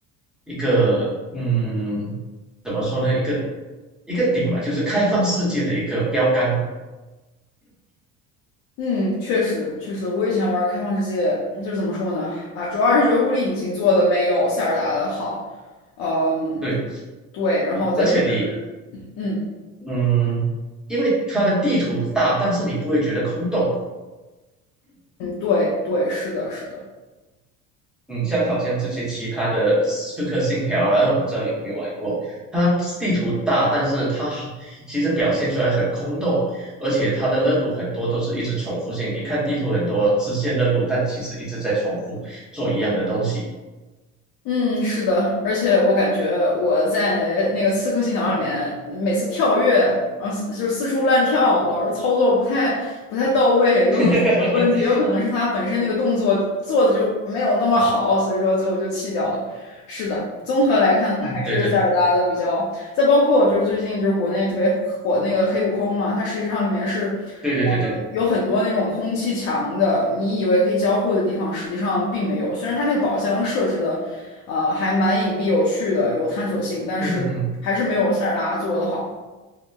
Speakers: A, in the centre; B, on the left.
A: 一个，嗯，怎么说呢，一个一个顶嘛，就是开放世界的一个标杆。
B: 嗯，确实确实，我以前玩开放世界，就是怎么说呢？啊，主要还是觉得物理引擎做的没有塞尔达的好。嗯，
A: 对，
B: 对，然后再就是，
A: 而且你，
B: 嗯
A: 嗯，因为它的地图大，但是你不会觉得空洞，
B: 嗯，对对，是的，是的。
A: 嗯，像好像这些其他的《刺客信条》啊，嗯我不知道有没有玩过。它地图大，但是它好其实表现出来很空洞，而且它的任务很多都是一直重复性。你看地图很多支线任务，但其实一直在重复做一样的东西。
B: 嗯，是的，而且我感觉我在那个《刺客信条》里面，每次跳跃，然后四就是四处乱跳，老是操作不太不太到位，有可能是我的问题，
A: <laughs>
B: 也有可能是他本身那个动作做的就没有那么好，所以说最后就弃掉了。是的，综合来看的话，还是塞尔达的比较，
A: 对对对
B: 再包括就是最近就是国内特别火的那个黑悟空嘛，它实际上里面是。
A: 对对对对对，
B: 呃有很多那种空气墙的，你以为可以交互的地方，实际上并没有。虽然它那个宝箱设置的，呃，还蛮隐蔽有趣的，有探索性，但是还是没有塞尔达做的好。
A: <laughs>